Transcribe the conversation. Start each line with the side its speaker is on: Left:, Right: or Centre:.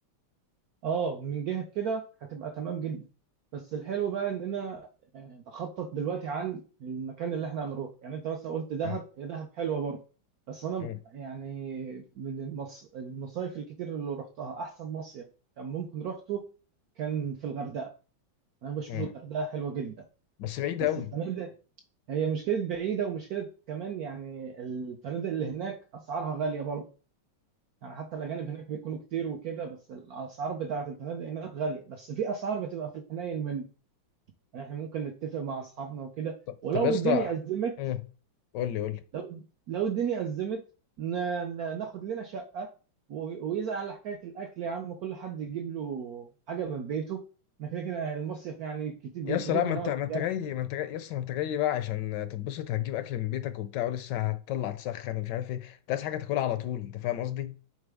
Right: أه من جهة كده هتبقى تمام جدا بس الحلو بقى إننا آه، نخطط دلوقتي عن المكان اللي إحنا هنروح يعني أنت مثلا قلت دهب
Left: مم.
Right: هي دهب حلوة برضه بس أنا
Left: مم.
Right: ب- يعني من المص... المصايف الكتير اللي رحتها أحسن مصيف كان ممكن روحته كان في الغردقة أنا بشوف
Left: مم.
Right: الغردقة حلوة جدا
Left: بس بعيد
Right: بس
Left: قوي
Right: الفنادق هي مشكلة بعيدة ومشكلة كمان يعني الفنادق اللي هناك أسعارها غالية برضه يعني حتى الأجانب هناك بيكونوا كتير وكده بس الأسعار بتاعة الفنادق هناك غالية بس في أسعار بتبقى في الحنين منه يعني إحنا ممكن نتفق مع أصحابنا وكده
Left: طب
Right: ولو
Left: طب يا اسطى
Right: الدنيا أزمت
Left: مم. قول لي قول لي
Right: لو لو الدنيا أزمت ن- ن- ناخد لنا شقة و- ويزعل على حكاية الأكل يا عم كل حد يجيب له حاجة من بيته إحنا كده كده المصيف يعني كتير بالكتير
Left: يا اسطى لا ما
Right: هنقعد
Left: انت ما انت
Right: يعني
Left: جاي ما انت جاي يا اسطى ما انت جاي بقى عشان تتبسط هتجيب اكل من بيتك وبتاع ولسه هتطلع تسخن ومش عارف ايه انت عايز حاجه تاكلها على طول انت فاهم قصدي